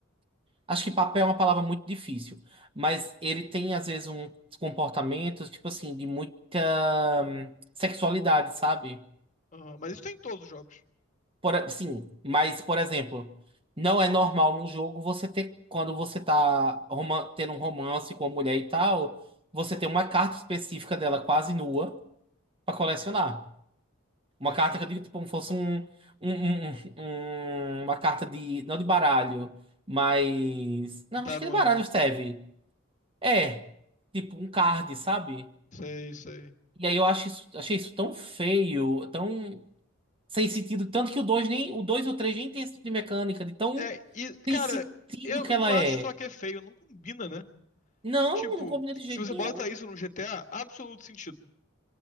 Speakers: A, on the right; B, on the left.
A: Acho que papel é uma palavra muito difícil, mas ele tem, às vezes, uns comportamentos, tipo assim, de muita hum, sexualidade, sabe?
B: Aham, mas isso tem em todos os jogos.
A: Por, sim, mas, por exemplo, não é normal num jogo você ter, quando você tá roman- tendo um romance com uma mulher e tal, você ter uma carta específica dela quase nua pra colecionar. Uma
B: Entendi.
A: carta que eu digo, tipo, como fosse um, um- um- um- um, uma carta de, não de baralho, mas... Não,
B: De tarona.
A: acho que de baralho serve. É, tipo um card, sabe?
B: Sei, sei.
A: E aí eu acho isso, achei isso tão feio, tão sem sentido, tanto que o dois nem, o 2 e o 3 nem tem esse tipo de mecânica, de tão
B: É, e,
A: sem
B: cara,
A: sentido
B: eu
A: que
B: não
A: ela
B: acho
A: é.
B: só que é feio, não combina, né?
A: Não,
B: Tipo,
A: não combina de jeito
B: se você
A: nenhum.
B: bota isso no GTA, absoluto sentido.